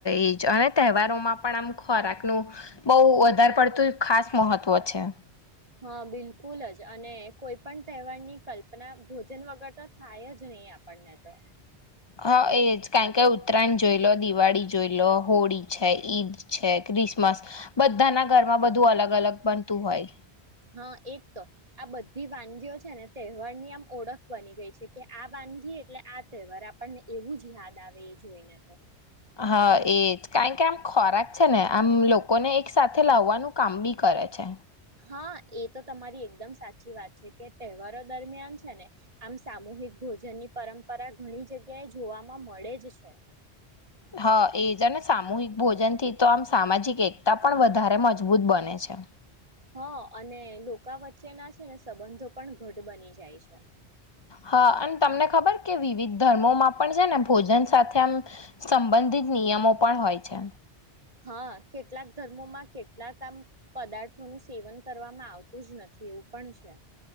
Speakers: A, on the left; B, on the right.
A: એજ અને તહેવારોમાં પણ આમ ખોરાકનું બહુ વધારે પડતું ખાસ મહત્વ છે.
B: હા બિલકુલ જ અને કોઈ પણ તહેવારની કલ્પના ભોજન વગર તો થાય જ નહી આપણને તો.
A: હા એ જ કારણ કે ઉત્તરાયણ જોઈ લો દિવાળી જોઈ લો હોળી છે ઈદ છે ક્રિસમસ બધાના ઘરમાં બધું અલગ અલગ બનતું હોય.
B: હા એજ તો આ બધી વાનગીઓ છે ને તહેવારની આમ ઓળખ બની ગઈ છે કે આ વાનગી એટલે આ તહેવાર આપણને એવું જ યાદ આવે એ જોઈને તો.
A: હા એજ કારણ કે આમ ખોરાક છે ને આમ લોકોને એક સાથે લાવવાનું કામ બી કરે છે.
B: હા એ તો તમારી એકદમ સાચી વાત છે કે તહેવારો દરમિયાન છે ને આમ સામૂહિક ભોજનની પરંપરા ઘણી જગ્યાએ જોવાવામાં મળે જ છે.
A: હા એજ અને સામૂહિક ભોજન થી તો આમ સામાજિક એકતા પણ વધારે મજબૂત બને છે.
B: હ અને લોકા વચ્ચે ના છે ને સંબંધો પણ ઘટ બની જાય છે.
A: હા અને તમને ખબર કે વિવિધ ધર્મોમાં પણ છે ને ભોજન સાથે આમ સંબંધિત નિયમો પણ હોય છે.
B: હા કેટલાક ધર્મોમાં કેટલાક આમ પદાર્થોનું સેવન કરવામાં આવતું જ નથી એવું પણ છે.